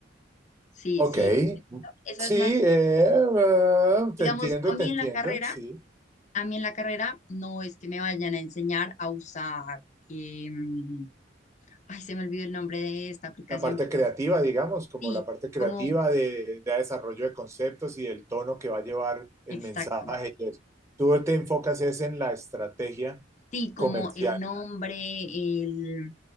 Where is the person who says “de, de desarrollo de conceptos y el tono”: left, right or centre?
Right